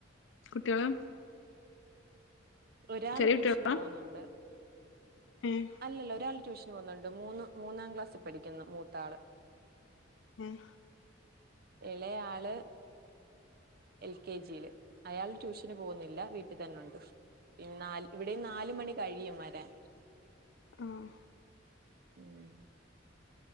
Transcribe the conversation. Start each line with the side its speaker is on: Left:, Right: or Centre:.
Left: കുട്ടികള്
Right: ഒരാൾ
Left: ചെറിയ
Right: ട്യൂഷന്
Left: കുട്ടികളാ
Right: പോന്നൊണ്ട്
Left: ഏഹ്
Right: അല്ലല്ല ഒരാള് ട്യൂഷന് പോന്നണ്ട് മൂന്ന് മൂന്നാം ക്ലാസ്സി പഠിക്ക്ന്ന് മൂത്താള്
Left: ഉം
Right: എളേയാള് എൽ കെ ജിയില് അയാൾ ട്യൂഷന് പോന്നില്ല വീട്ടിൽ തന്നൊണ്ട് ഇന്നാൽ ഇവിടെയും നാല് മണി കഴിയും വരാൻ
Left: ആഹ്
Right: ഉം